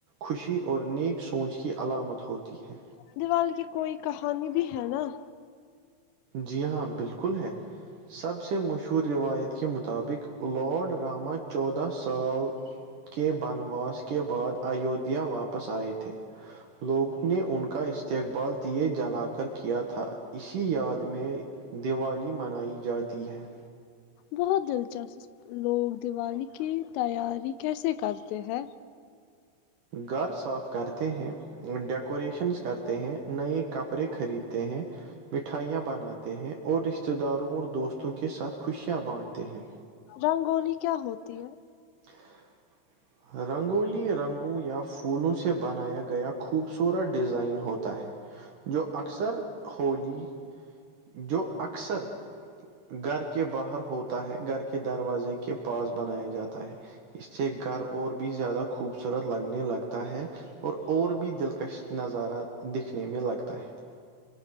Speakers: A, on the right (about 60°); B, on the left (about 85°).
A: خوشی اور نیک سوچ کی علامت ہوتی ہے
B: دیوال کی کوئی کہانی بھی ہے نا-
A: جی, ہاں بالکل ہے- سب سے مشہور روایت کے مطابق لاڈ راما چودہ سال- کے بنواس کے بعد ایودھیا واپس آئے تھے- لوگوں نے ان کا استقبال دیے جلا کر کیا تھا اسی یاد میں دیوالی منائی جاتی ہے-
B: بہت دلچسپ لوگ دیوالی کی تیاری کیسے کرتے ہیں
A: گھر صاف کرتے ہیں ڈیکوریشنس کرتے ہیں نئے کپڑے خریدتے ہیں مٹھائیاں بناتے ہیں اور رشتتے داروں اور دوستوں کے ساتھ خوشیاں بانٹتے ہیں
B: رنگولی کیا ہوتی ہے
A: ہ <inaudible> رنگولی رنگوں یا پھولوں سے بنایا گیا خوبصورت ڈیزائن ہوتا ہے جو اکثر ہولی جو اکثر- گھر کے باہر ہوتا ہے گھر کے دروازے کے پاس بنایا جاتا ہے- اس سے گھر اور بھی زیادہ خوبصورت لگنے لگتا ہے اور- اور بھی دلکش نظارہ دکھنے میں لگتا ہے-